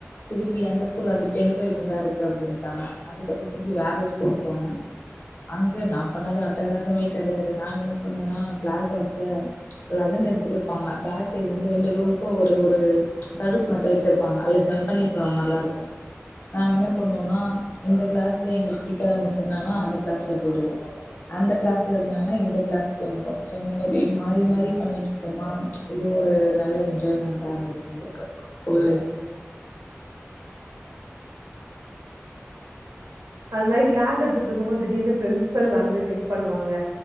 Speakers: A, on the left; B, on the right.
A: திருப்பி அந்த ஸ்கூல்ல அது டென்த் வரைக்கு தா இருக்கு அப்டின்ட்டாங்க அதுக்கப்றோ திருப்பி வேற ஒரு ஸ்கூலுக்கு போன அங்க நா பண்ணாத அட்டகாசமே கெடையாது நாங்க என்ன பண்ணுவோன்னா கிளாஸ் ஹவர்ஸ்ல லசன் எடுத்து இருப்பாங்க பேக் சைட்லந்து ரெண்டு ரூம்க்கு ஒரு ஒரு தடுப்பு மாத்த வச்சிரு ருப்பாங்க அதுலா ஜம்ப் பண்ணி போற மாரிலா இருக்கு நாங்க என்ன பண்ணுவோன்னா இந்த கிளாஸ்ல எங்களுக்கு பிடிக்காத மிஸ் இருந்தாங்கன்னா அந்த கிளாஸ்ல போயிடுவோ அந்த கிளாஸ்ல இருந்தாங்கனா இந்த கிளாஸ்க்கு வந்துருவோ சோ இந்த மாரி மாறி மாறி பண்ணிட்ரு ப்போமா இது ஒரு நல்ல என்ஜாய்மெண்ட்டா இருந்துச்சு எங்களுக்கு ஸ்கூல் லைஃப்ல
B: அது மாரி கிளாஸ் எடுத்துட்டு இருக்கும் போது திடீர்னு பிரின்ஸ்பல் வந்து செக் பண்ணுவாங்க